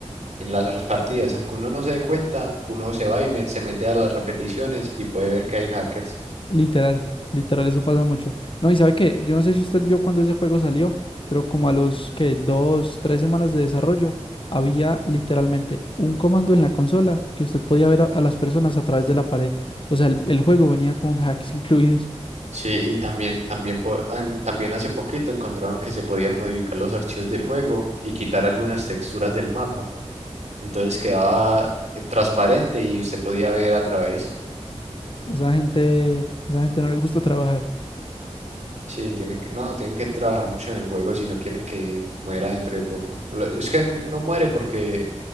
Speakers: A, on the right; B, on the left.
A: en las otras partidas. Aunque uno no se dé cuenta, uno se va y me- se mete a las repeticiones y puede ver que hay hackers.
B: Literal, literal, eso pasa mucho. No, y sabe qué, yo no sé si usted vio cuando ese juego salió, pero como a los que dos, tres semanas de desarrollo, había literalmente un comando en la consola que usted podía ver a, a las personas a través de la pared. O sea, el, el juego venía con <laughs> hacks incluidos.
A: Sí, y también, también, po- an- también hace poquito encontraron que se podían modificar los archivos del juego y quitar algunas texturas del mapa. Entonces quedaba eh, transparente y usted podía ver a través.
B: Esa gente, esa gente no le gusta trabajar.
A: Sí, tienen que, no, tienen que trabajar mucho en el juego si no quieren que muera dentro de poco. <laughs> Lo- Es que no muere porque